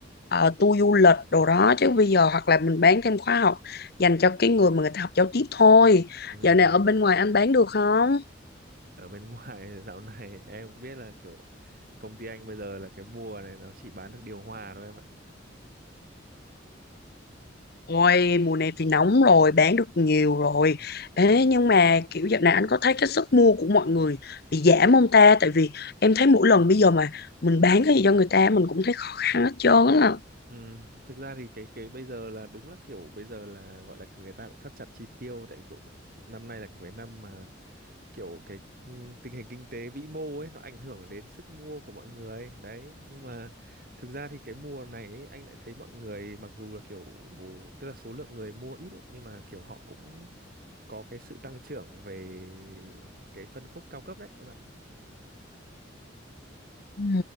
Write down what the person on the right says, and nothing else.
ừm.
Ở bên ngoài <laughs> dạo này em biết là kiểu công ty anh bây giờ là cái mùa này nó chỉ bán được điều hòa thôi em ạ.
Ừm, thực ra thì cái cái bây giờ là đúng là kiểu bây giờ là gọi là người ta cũng thắt chặt chi tiêu tại kiểu năm nay là cái cái năm mà kiểu cái ừ, tình hình kinh tế vĩ mô ấy nó ảnh hưởng đến sức mua của mọi người đấy nhưng mà thực ra thì cái mùa này ấy, anh lại thấy mọi người mặc dù là kiểu tức là số lượng người mua ít ấy, nhưng mà kiểu họ cũng có cái sự tăng trưởng về cái phân khúc cao cấp đấy em ạ